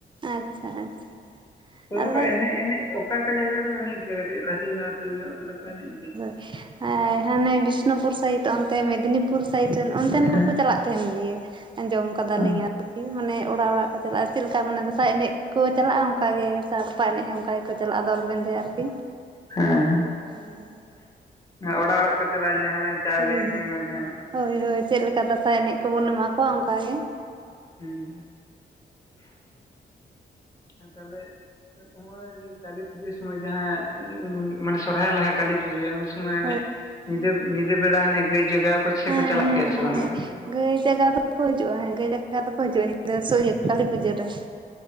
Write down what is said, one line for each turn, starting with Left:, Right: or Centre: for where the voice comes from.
Right: ᱟᱪᱪᱷᱟ
Left: ᱾
Right: ᱟᱪᱪᱷᱟ
Left: ᱫᱚᱢᱮ
Right: ᱟᱞᱮ
Left: ᱠᱚ ᱮᱱᱮᱡ ᱮᱱᱮᱡ ᱚᱠᱟ ᱚᱠᱟ ᱡᱟᱭᱜᱟ ᱨᱮᱫᱚ ᱮᱱᱮᱡ ᱜᱮ ᱠᱟᱹᱴᱤᱡ ᱨᱟᱥᱤ ᱧᱚᱜ ᱟᱹᱛᱩ ᱧᱚᱜ ᱨᱮᱫᱚ ᱠᱚ ᱮᱱᱮᱡ ᱜᱮᱭᱟ ᱾
Right: ᱮᱸ ᱦᱟᱱᱮ ᱵᱤᱥᱱᱩᱯᱩᱨ ᱥᱟᱭᱤᱰ ᱚᱱᱛᱮ ᱢᱮᱫᱽᱱᱤᱯᱩᱨ ᱥᱟᱭᱤᱰ ᱨᱮᱱ ᱚᱱᱛᱮᱱ
Left: ᱦᱮᱸ
Right: ᱠᱚᱠᱚ ᱪᱟᱞᱟᱜ ᱛᱮᱦᱮᱱ ᱜᱤᱭᱟ ᱟᱸᱡᱚᱢ ᱠᱟᱫᱟᱞᱤᱧ
Left: ᱦᱮᱸ
Right: ᱟᱨ ᱠᱤ ᱢᱟᱱᱮ ᱚᱲᱟᱜ ᱚᱲᱟᱜ ᱠᱚ ᱪᱟᱞᱟᱜᱼᱟ ᱪᱤᱜ ᱞᱮᱠᱟ ᱢᱟᱱᱮ ᱫᱟᱸᱥᱟᱭ ᱮᱱᱮᱡ ᱠᱩ ᱪᱟᱞᱟᱜᱼᱟ ᱚᱱᱠᱟ ᱜᱮ ᱥᱟᱲᱯᱟ ᱮᱱᱮᱡ ᱦᱚᱸ ᱚᱱᱠᱟ ᱜᱮᱠᱩ ᱪᱟᱞᱟᱜᱼᱟ ᱫᱚᱞᱵᱮᱞ ᱦᱮ ᱟᱨᱠᱤ ᱾
Left: ᱦᱮᱸ ᱦᱮᱸ
Right: ᱦᱩᱸ
Left: ᱚᱲᱟᱜ ᱚᱲᱟᱜ ᱠᱚ ᱪᱟᱞᱟᱜᱼᱟ ᱡᱟᱦᱟᱭ ᱪᱟᱣᱞᱮ
Right: ᱦᱳᱭ
Left: ᱠᱤᱱ
Right: ᱦᱳᱭ
Left: ᱵᱟ ᱡᱟᱦᱟᱱᱟᱜ
Right: ᱦᱳᱭ ᱦᱳᱭ ᱪᱮᱜ ᱞᱮᱠᱟ ᱫᱟᱸᱥᱟᱭ ᱮᱱᱮᱡ ᱠᱚᱵᱚᱱ ᱮᱢᱟ ᱠᱚᱣᱟ ᱚᱱᱠᱟ ᱜᱮ ᱾
Left: ᱦᱩᱸ ᱟᱨ ᱛᱟᱦᱞᱮ ᱪᱮᱜ ᱦᱚᱜ-ᱚᱭ ᱤᱭᱟᱹ ᱠᱟᱹᱞᱤ ᱯᱩᱡᱟᱹ ᱥᱚᱢᱚᱭ ᱡᱟᱦᱟᱸ ᱩᱸ ᱢᱟᱱᱮ ᱥᱚᱨᱦᱟᱭ ᱞᱟᱦᱟ ᱠᱟᱹᱞᱤ ᱯᱩᱡᱟᱹ ᱩᱱ ᱥᱚᱢᱚᱭ ᱦᱟᱱᱮ
Right: ᱦᱳᱭ
Left: ᱧᱤᱫᱟᱹ ᱧᱤᱫᱟᱹ ᱵᱮᱲᱟ ᱦᱟᱱᱮ ᱜᱟᱹᱭ ᱡᱟᱜᱟᱣ ᱠᱚ ᱥᱮ
Right: ᱦᱮᱸ
Left: ᱠᱚ ᱪᱟᱞᱟᱜ
Right: ᱦᱮᱸ
Left: ᱜᱮᱭᱟ ᱥᱮ
Right: ᱦᱮᱸ
Left: ᱵᱟᱝ ᱟᱯᱮ ᱥᱮᱫ?
Right: ᱜᱟᱹᱭ ᱡᱟᱜᱟᱣ ᱫᱚ ᱠᱚ ᱦᱤᱡᱩᱜᱼᱟ ᱾ ᱦᱮᱸ ᱜᱟᱹᱭ ᱡᱟᱜᱟᱣ ᱫᱚᱠᱚ ᱦᱤᱡᱩᱜᱼᱟ ᱧᱤᱫᱟᱹ ᱥᱚ ᱤᱭᱟᱹ ᱠᱟᱹᱞᱤ ᱯᱩᱡᱟᱹ ᱨᱮ ᱾